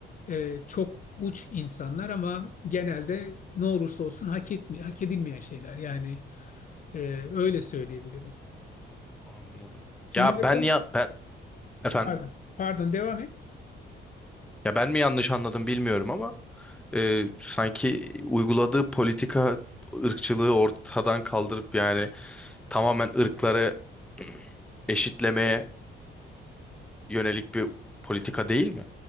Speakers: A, on the left; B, in the centre.
A: e, çok uç insanlar ama genelde ne olursa olsun hak etmi hak edilmeyen şeyler. Yani e, öyle söyleyebilirim.
B: Anladım.
A: Senin
B: Ya
A: ekonomik
B: ben ya ben efendim
A: pardon pardon devam et.
B: ya ben mi yanlış anladım bilmiyorum ama e, sanki uyguladığı politika ırkçılığı ortadan kaldırıp yani tamamen ırkları <clears throat> eşitlemeye yönelik bir politika değil mi?